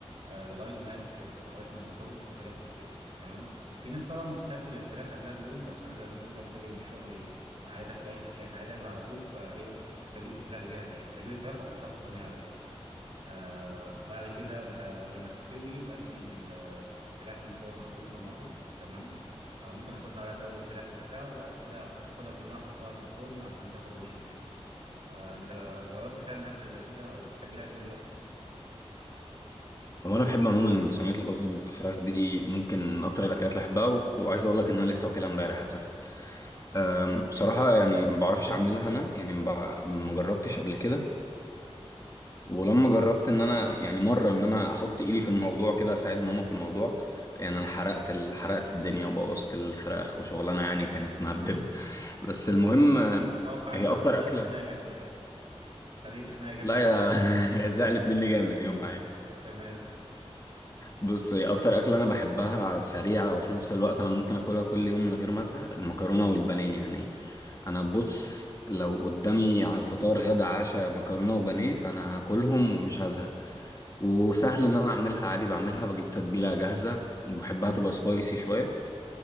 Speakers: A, on the right; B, on the left.
A: آه لغاية ما تستوي لغاية ما البطاطس والفراخ تستوي تمام في ناس طبعا بتتبل الفراخ قبلها بيوم بس أنا زي ما بقول لك باجي من الشغل عايز آكل أي <laughs> يعني عايز آكل على طول فإيه بجيب الفراخ جاهزة يعني بجيب الفراخ وأحطها في الصينية على طول آه بعد كده ب... لما تستوي بدهن ال- الفراخ من فوق معجون طماطم تمام آه ممكن احط عليها توابل الفراخ وبتاع وبعد كده اخدها كلها احطها في الفرن عشان تاخد وش وكده آه انت جربت تعمل اكله زي كده او بتحب الاكله دي اصلا
B: هو انا بحب عموما صينيه البطاطس بالفراخ دي ممكن من اكتر الاكلات اللي بحبها و- وعايز اقول لك ان انا لسه واكلها امبارح اساسا أم، بصراحه يعني ما بعرفش اعملها انا يعني ما بع- ما جربتش قبل كده ولما جربت ان انا يعني مره ان انا احط ايدي في الموضوع كده اساعد ماما في الموضوع يعني انا حرقت ال... حرقت الدنيا وبوظت الفراخ وشغلانه يعني كانت <laughs> مهببه بس
A: انا
B: المهم آه،
A: انا اتوقع ان
B: هي
A: انت
B: اكتر
A: اتخانقت
B: اكله
A: خناقه جامده يعني <laughs> اتخانقت خناقه جامده
B: لا
A: في اليوم
B: يا <laughs> هي زعلت مني جامد يومها يعني.
A: تمام
B: بصي اكتر اكله انا بحبها سريعه وفي نفس الوقت انا ممكن اكلها كل يوم من غير ما ازهق المكرونه والبانيه يعني انا بص لو قدامي ع- فطار غدا عشاء مكرونه وبانيه فانا هاكلهم ومش هزهق وسهل ان انا اعملها عادي بعملها بجيب تتبيله جاهزه بحبها تبقى سبايسي شويه